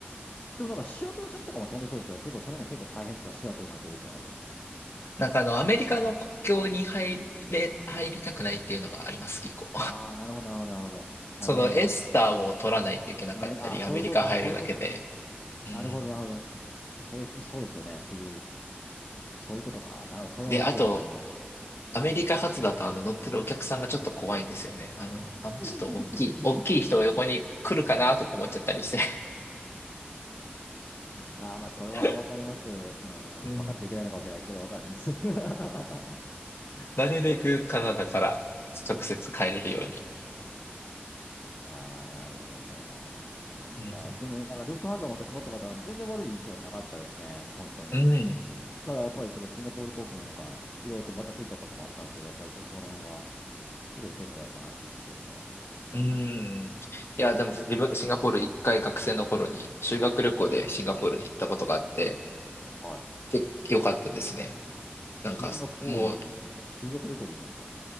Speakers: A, on the left; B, on the left.
A: でもなんかシアトル線とかも飛んでそうですけど、結構それも結構大変ですか、シアトルまで出るってなると。
B: なんかあの、アメリカの国境に入れ、入りたくないっていうのがあります、一個。
A: ああ、なるほど、なるほど、なるほど。なるほど。
B: そのエスターを取らないといけなかったり、
A: め、ああ、そういうこと、
B: アメリカ入るだけで。
A: ああ、そういうことか。
B: うん。
A: なるほど、なるほど。それ、そうですよね。結局、そういうことか。なるほど、それはすごいわかります。
B: で、あと、アメリカ発だとあの乗ってるお客さんがちょっと怖いんですよね。あの、あのちょっと大きい、
A: <laughs>
B: 大きい人が横に来るかなとか思っちゃったりして。
A: ああ、まあ、それはわかります。
B: <laughs>
A: うん、
B: うん。
A: わかっちゃいけないのかもしれないですけど、わかります。<laughs>
B: なるべくカナダから直接帰れるように。
A: ああ、なるほど。
B: うん。
A: いや、でもなんかルフトハンザも私乗ったことあるんで、全然悪い印象はなかったですね、本当に。
B: うん。
A: ただやっぱりちょっとシンガポール航空のなんか、いろいろとバタついたこともあったんですけど、やっぱりちょっとその辺は、すごい丁寧だったなっていう印象しかなくて。うん。
B: うんいや、
A: うん、
B: でも自分、シンガポール一回学生の頃に修学旅行でシンガポールに行ったことがあって、
A: はい。
B: 結構良かったですね。
A: シンガポールに修学旅行で行くんですか
B: なんか、も